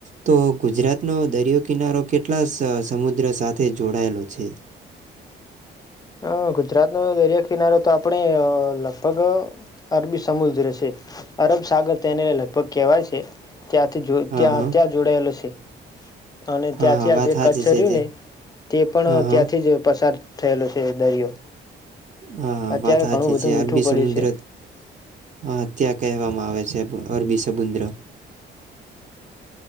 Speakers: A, on the right; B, on the left.
A: તો ગુજરાતનો દરિયો કિનારો કેટલા સ સમુદ્ર સાથે જોડાયેલો છે?
B: હહ ગુજરાતનો દરિયા કિનારો તો આપણે લગભગ અરબી સમુદ્ર છે. અરબ સાગર તેને લગભગ કહેવાય છે. તે ત્યાંથી જો
A: હા,
B: ત્યાં
A: હા.
B: ત્યાં જોડાયેલો છે. અને
A: હા,
B: ત્યાંથી
A: હા. વાત
B: આ જે
A: હાચી
B: કચ્છ
A: છે
B: રયુને
A: જે.
B: તે પણ
A: હા, હા.
B: ત્યાંથી જ પસાર થયેલો છે. તે દરિયો
A: હા હા
B: અત્યારે
A: વાત હાચી
B: ઘણું બધું
A: છે.
B: મીઠું
A: અરબી
B: પડ્યું
A: સમુદ્ર
B: છે
A: હ ત્યાં કહેવામાં આવે છે. અરબી સમુદ્ર હહ